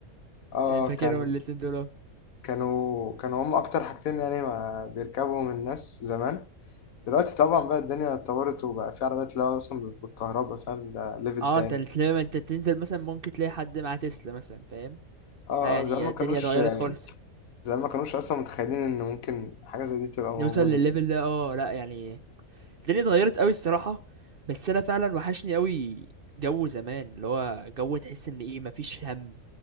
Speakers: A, on the left; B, on the right.
A: اه
B: أنا فاكرهم
A: كان
B: الاتنين دول أهو.
A: كانوا كانوا هم اكتر حاجتين يعني ما بيركبهم الناس زمان دلوقتي طبعا بقى الدنيا اتطورت وبقى في عربيات اللي هو اصلا بالكهرباء فاهم ده ليفل
B: اه
A: تاني
B: انت لما انت تنزل مثلا ممكن تلاقي حد مع تسلا مثلا فاهم
A: اه
B: لا يعني
A: آه، زمان ما
B: الدنيا
A: كانوش
B: اتغيرت
A: يعني
B: خالص
A: زي ما كانوش اصلا متخيلين ان ممكن حاجه زي دي تبقى موجوده
B: نوصل للليفل ده اه لا يعني الدنيا اتغيرت قوي الصراحة بس انا فعلا وحشني قوي جو زمان اللي هو جو تحس ان ايه مفيش هم